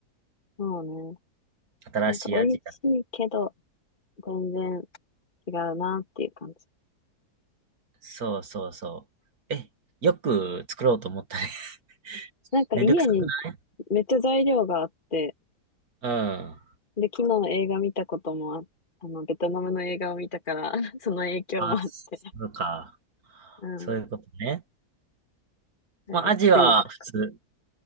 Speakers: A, on the left (about 30°); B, on the right (about 65°).
A: そうね。
B: 新しい味。
A: なんか美味しいけど、全然違うなっていう感じ。
B: そうそうそう。え、よく作ろうと思ったね。<laughs>
A: なんか家に
B: めんどくさくない
A: めっちゃ材料があって、
B: うん。
A: で、昨日映画見たこともあ、あの、ベトナムの映画を見たから <laughs> その影響もあって、
B: あ、そうか。
A: うん、
B: そういうことね。
A: それで作りた。
B: まあ、アジは普通、